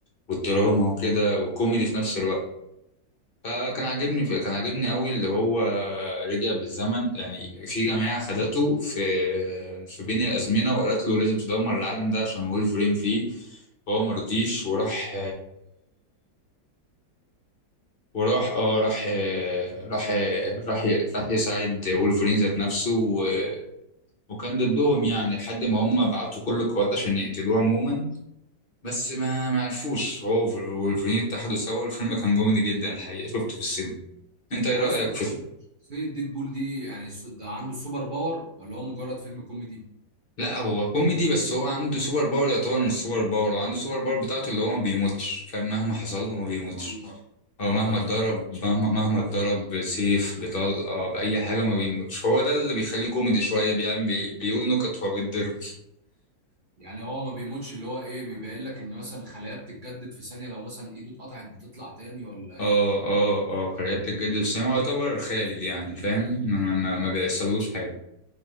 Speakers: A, on the left; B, on the right.
A: والدراما وكده والكوميدي في نفس الوقت فكان عاجبني كان عاجبني قوي اللي هو رجع بالزمن يعني في جماعة خدته في في بين الأزمنة وقالت له لازم تدمر العالم ده عشان وولفرين فيه فهو مرضيش وراح وراح اه راح آه، راح آه، راح راح يساعد وولفرين ذات نفسه و... وكان ضدهم يعني لحد ما هم بعتوا كل القوات عشان يقتلوه عموما بس ما ما عرفوش هو وولفرين اتحدوا سوا الفيلم كان كوميدي جدا الحقيقة شفته في السينما انت ايه
B: هو
A: رأيك
B: يا اسطى اصلا
A: في
B: شخصيه ديدبول دي يعني الس- ده عنده سوبر باور ولا هو مجرد فيلم كوميدي
A: لا هو كوميدي بس هو عنده سوبر باور يعتبر من السوبر باور وعنده سوبر باور بتاعته اللي هو ما بيموتش فاهم مهما حصل له ما بيموتش
B: والله
A: هو
B: اه
A: مهما اتضرب مهما مهما اتضرب بسيف بطلقة بأي حاجة ما بيموتش هو ده اللي بيخليه كوميدي شوية بيعمل بي... بيقول نكت وهو بيتضرب
B: يعني هو ما بيموتش اللي هو ايه بيبين لك ان مثلا خلايا بتتجدد في ثانيه لو مثلا ايده اتقطعت بتطلع تاني ولا ايه
A: اه اه اه قرية الجد السنة هو يعتبر خالد يعني فاهم ما, ما, ما بيحصلوش حاجة